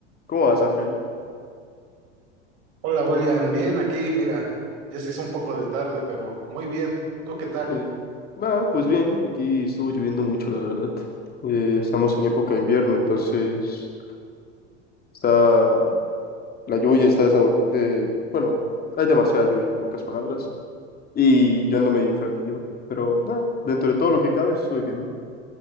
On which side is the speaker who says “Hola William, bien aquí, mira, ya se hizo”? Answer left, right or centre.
Right